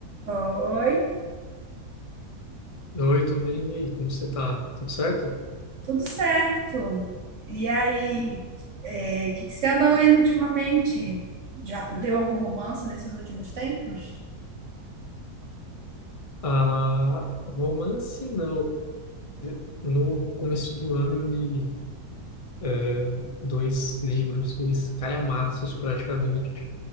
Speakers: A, on the right; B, on the left.
A: Oi,
B: Oi, tudo bem? E aí, como você tá? Tudo certo?
A: tudo certo. E aí, o que que você anda lendo ultimamente? Já leu algum romance nesses últimos tempos?
B: Ah, romance não. No começo do ano eu li eh, dois livros, dois calhamaços praticamente,